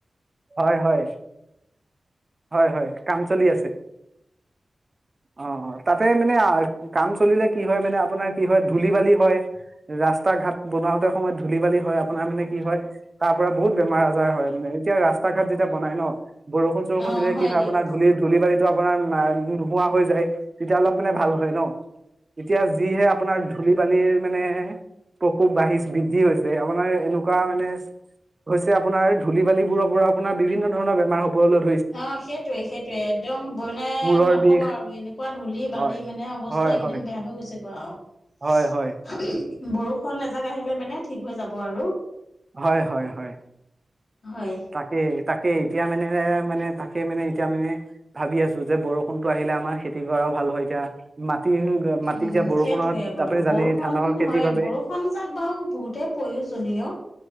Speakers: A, on the right; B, on the left.
A: হয় হয়। হয় হয়, কাম চলি আছে, অঁ তাতে মানে আ কাম চলিলে কি হয় মানে আপোনাৰ কি হয়, ধুলি বালি হয়, ৰাস্তা ঘাট বনাওতে সময়ত ধূলি বালি হয়, আপোনাৰ মানে কি হয়, তাৰ পৰা বহুত বেমাৰ আজাৰ হয় মানে, এতিয়া ৰাস্তা ঘাট যেতিয়া বনায় ন, গো বৰুষুণ
B: অ',
A: দিলে কি হয়,
B: দিয়ক।
A: আপোনাৰ ধূলি ধূলি বালি আপোনাৰ নোহোৱা হৈ যায়, তেতিয়া অলপ মানে ভাল হয় ন। এতিয়া যিহে আপোনাৰ ধূলি বালীৰ মানে প্ৰকোপ বাঢ়ি বৃদ্ধি হৈছে, আপোনাৰ এনেকুৱা মানে, হৈছে আপোনাৰ ধূলি বালিবোৰৰ পৰা আপোনাৰ বিভিন্ন ধৰণৰ বেমাৰ ওপৰলৈ
B: অঁ, সেইটোৱে সেইটোৱে, একদম মানে
A: মূৰৰ
B: নকব
A: বিষ
B: আৰু এনেকুৱা ধূলি বালি
A: হয়,
B: মানে অৱস্থা
A: হয়,
B: এইকেইদিন
A: হয়,
B: বেয়া হৈ গৈছে গ আৰু,
A: হয়, হয়,
B: বৰষুণ এজাক আহিলে মানে ঠিক হৈ যাব আৰু
A: হয় হয় হয়।
B: হয়
A: তে তাকে। <unintelligible> এতিয়া মানে, মানে তাকে মানে এতিয়া মানে ভাবি আছো যে বৰষুণটো আহিলে আমাৰ খেতি কৰা ভাল হয় এতিয়া মাটি। মাটি
B: উম
A: যে বৰষুণত
B: সেইটোৱে বোলো
A: আপুনি জানেই
B: বৰষুণ
A: ধানৰ খেতিৰ
B: হয়
A: বাবে
B: বৰষুণ যাক বাৰু বহুতেই প্ৰয়োজনীয়